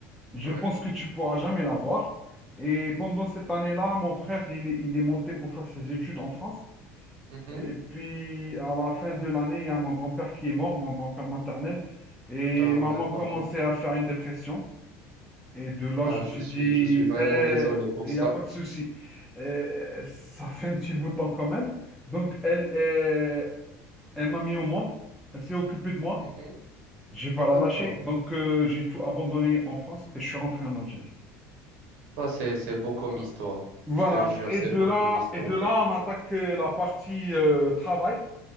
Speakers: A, in the centre; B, on the right.
A: Je
B: Ouais.
A: pense que tu pourras jamais l'avoir. Et pendant cette année-là, mon frère, il est, il est monté pour faire ses études en France.
B: Mhm.
A: Et puis, à la fin de l'année, il y a mon grand-père qui est mort, mon grand-père maternel. Et
B: Ah
A: maman
B: ouais,
A: commençait
B: pardon.
A: à faire une dépression. Et de là,
B: Ah,
A: je me
B: je
A: suis
B: suis,
A: dit,
B: je suis vraiment
A: Eh,
B: désolé pour
A: il
B: ça.
A: n'y a pas de souci. Eh, ça fait un petit bout de temps quand même. Donc, elle, eh, elle m'a mis au monde. Elle s'est occupée de moi.
B: Mhm,
A: Je vais pas la
B: D'accord.
A: lâcher. Donc, euh, j'ai tout abandonné en France et je suis rentré en Algérie.
B: Ah, c'est, c'est beau comme
A: Voilà.
B: histoire.
A: Voilà.
B: Je te le jure,
A: Et
B: c'est
A: de
B: beau
A: là,
B: comme histoire.
A: et de là, on attaque euh, la partie euh, travail,